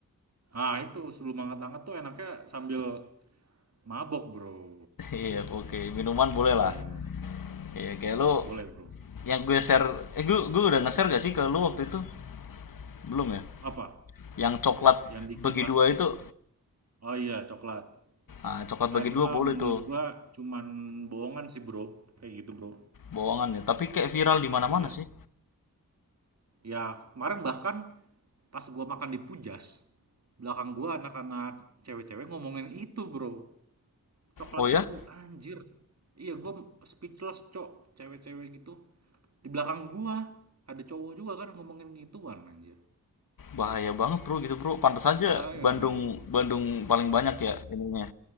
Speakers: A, on the right; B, on the left.
A: Ah itu sebelum hangat-hangat tuh enaknya sambil mabok bro.
B: Iya, oke. Minuman boleh lah.
A: Iya,
B: Iya kayak lu
A: boleh bro.
B: yang gue share eh gue gue udah nge-share gak sih ke lu waktu itu? Belum ya?
A: Apa?
B: Yang coklat
A: Yang di
B: bagi
A: kulkas?
B: dua itu.
A: Oh iya, coklat.
B: Ah, coklat
A: Ah
B: bagi
A: itu
B: dua
A: mah
B: boleh
A: menurut
B: tuh.
A: gua cuman bohongan sih bro, kayak gitu bro.
B: Bohongan ya, tapi kayak viral di mana-mana
A: Iya.
B: sih.
A: Ya kemarin bahkan Pas gue makan di Pujas, belakang gue anak-anak cewek-cewek ngomongin itu, Bro. Coklat
B: Oh ya?
A: itu, anjir. Iya, gue speechless, Cok. Cewek-cewek gitu. Di belakang gue ada cowok juga kan ngomongin gituan, anjir.
B: Bahaya banget, Bro, gitu, Bro. Pantas aja
A: Bahaya
B: Bandung
A: emang, Bro.
B: Bandung paling banyak ya ininya